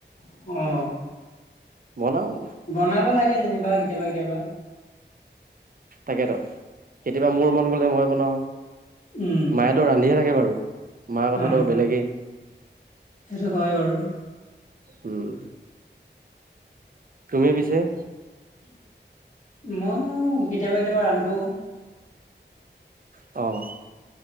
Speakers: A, on the left; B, on the right.
A: অ
B: বনাওঁ।
A: বনাব লাগে যেনিবা কেতিয়াবা কেতিয়াবা।
B: তাকেতো কেতিয়াবা মোৰ মন গ'লে মই বনাওঁ
A: উম
B: মায়েতো ৰান্ধিয়ে থাকে বাৰু মাৰ কথাটো
A: অ
B: বেলেগেই
A: সেইটো হয় বাৰু
B: উম তুমি পিছে
A: মই কেতিয়াবা কেতিয়াবা ৰান্ধো
B: অ',